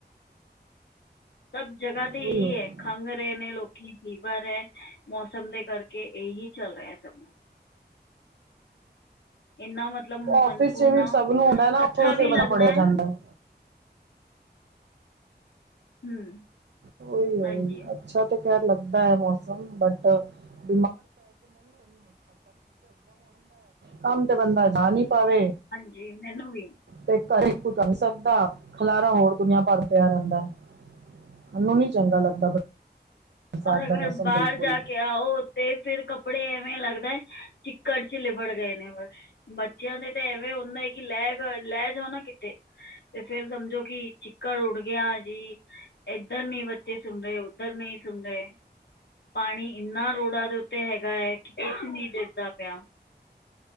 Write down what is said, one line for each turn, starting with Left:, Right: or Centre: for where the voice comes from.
Left: ਸਬ ਜਗਾ
Right: <unintelligible>
Left: ਖੰਘ ਰਏ ਨੇਂ ਲੋਕੀ, ਫੀਵਰ ਐ, ਮੌਸਮ ਦੇ ਕਰਕੇ ਏਹੀ ਚਲ ਰੇਆ ਸਬ ਇਨ੍ਹਾਂ ਮਤਲਬ ਮਨਸੂਨ
Right: ਆਫਿਸ 'ਚ ਵੀ
Left: ਨਾ,
Right: ਸਭ ਨੂੰ ਹੁੰਦਾ ਨਾ
Left: ਅੱਛਾ
Right: ਉੱਥੋਂ ਫਿਰ
Left: ਵੀ
Right: ਬੰਦਾ
Left: ਲਗਦੈ
Right: ਫੜਿਆ ਜਾਂਦਾ ਹੈ।
Left: ਹਂ,
Right: ਉਹੀ ਉਹੀ
Left: ਹਾਂਜੀ।
Right: ਅੱਛਾ ਤੇ ਖੈਰ ਲੱਗਦਾ ਏ ਮੌਸਮ ਬਟ <unintelligible> ਕੰਮ ਤੇ ਬੰਦਾ ਜਾ ਨੀਂ ਪਾਵੇ
Left: ਜੀ ਮੈਨੂ ਵੀ।
Right: ਤੇ ਘਰ <unintelligible> ਸਕਦਾ, ਖਲਾਰਾ ਹੋਰ ਦੁਨੀਆਂ ਭਰ ਪੇਆ ਰੇਂਦੈ ਮੈਂਨੂ ਨੀਂ ਚੰਗਾ ਲੱਗਦਾ ਬਰਸਾਤ
Left: ਔਰ ਅਗਰ
Right: ਦਾ ਮੌਸਮ
Left: ਬਾਰ
Right: ਬਿਲਕੁਲ
Left: ਜਾ ਕੇ ਆ ਓ ਤੇ ਫਿਰ ਕੱਪੜੇ ਐਵੇਂ ਲਗਦੈ, ਚਿਕੜ ਚ ਲਿਬੜ ਗਏ ਨੇਂ ਬਸ ਬੱਚੇਆਂ ਦੇ ਤੇ ਐਵੇ ਹੁਦੈ, ਕਿ ਲੈਗ, ਲੈਜਾਓ ਨਾ ਕਿਤੇ ਤੇ ਫੇਰ ਸਮਝੋ ਕਿ ਚਿਕੜ ਉਡ ਗੇਆ ਜੀ ਏਧਰ ਨੀਂ ਬੱਚੇ ਸੁਨ ਰਏ, ਉਧਰ ਨੀਂ ਸੁਨ ਰਏ, ਪਾਣੀ ਇਨ੍ਹਾਂ ਰੋੜਾਂ ਦੇ ਉਤੇ ਹੈਗਾਏ, ਕਿ ਕੁਛ ਨੀ ਦਿਸਦਾ ਪੇਆ